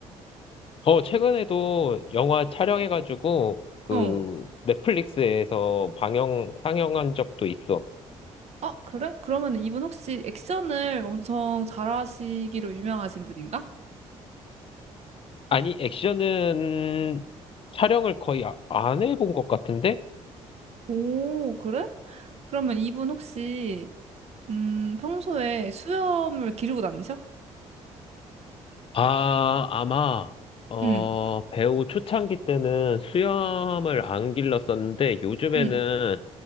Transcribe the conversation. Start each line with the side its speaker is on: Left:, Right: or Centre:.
Left: 어, 최근에도 영화 촬영해가지고, 그,
Right: 어.
Left: 넷플릭스에서 방영, 상영한 적도 있어.
Right: 아, 그래? 그러면 이분 혹시 액션을 엄청 잘하시기로 유명하신 분인가?
Left: 아니, 액션은 촬영을 거의 아- 안 해본 것 같은데?
Right: 오, 그래? 그러면 이분 혹시, 음, 평소에 수염을 기르고 다니셔?
Left: 아, 아마, 어,
Right: 응,
Left: 배우 초창기 때는 수염을 안 길렀었는데, 요즘에는
Right: 응,